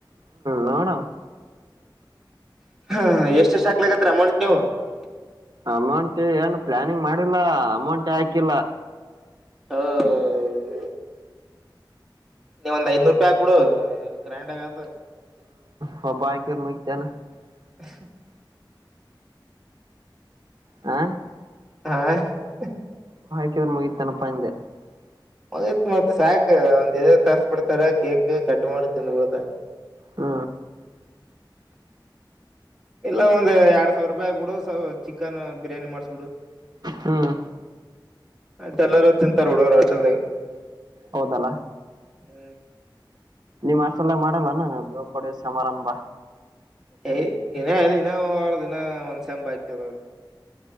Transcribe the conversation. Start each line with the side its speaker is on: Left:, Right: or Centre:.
Right: ನಡಾ
Centre: <unintelligible> <inaudible>
Right: ಅಮೌಂಟ್ ಏನು ಪ್ಲಾನಿಂಗ್ ಮಾಡಿಲ್ಲ ಅಮೌಂಟೆ ಹಾಕಿಲ್ಲ
Centre: <inaudible> ನೀವ ಒಂದ್ ಐದ್ನೂರು ರೂಪಾಯಿ ಕೊಡು ಗ್ರ್ಯಾಂಡ್ ಆಗ <unintelligible>
Right: <inaudible>
Centre: <inaudible>
Right: ಹಾ
Centre: ಹಾ <unintelligible>
Right: <unintelligible> <inaudible>
Centre: ಮಗತ್ ಮತ್ ಸಾಯಕ್ಕೆ ಒಂದ್ ತರ್ಸ್ ಬಿಡ್ತಾರೆ ಕೇಕ್ ಕಟ್ ಮಾಡಿ ತಿನ್ಬೋಕ
Right: ಹ್ಮ
Centre: ಇಲ್ಲ ಒಂದ್ ಅರು ಸಾವಿರ ರೂಪಾಯಿ ಆಕ್ಬಿಡು ಚಿಕನ್ ಬಿರಿಯಾನಿ ಮಾಡ್ಸಕೊಂತಿನಿ
Right: ಹ್ಮ್
Centre: ಆಯ್ತ ಎಲ್ಲಾರೂ ತಿಂತಾರೆ ಬಿಡು ರಚಲ್ದ
Right: ಹೌದಲ
Centre: ಹ್ಮ್
Right: ನಿಮ್ ಹಷ್ಟಲ್ಲಗ ಮಾಡಲ್ಲೇನು ಬೇಳ್ಕಡೆ ಸಮಾರಂಭ
Centre: <inaudible>